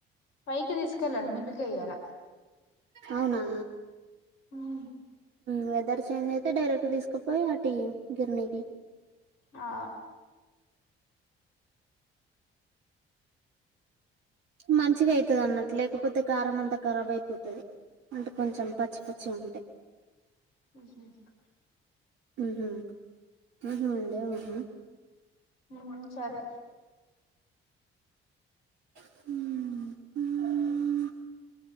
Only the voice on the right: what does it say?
అవునా
వెదర్ చేంజ్ అయితే డైరెక్ట్ తీసుకుపోయి ఆ టీ గిర్నీకి
మంచిగా ఐతది అన్నట్టు లేకపోతే కారం అంతా ఖరాబ్ అయిపోతది అంటే కొంచెం పచ్చి పచ్చి ఉంటాయి
ఉహు ఉహు లేవమ్మా
ఉ ఉ హు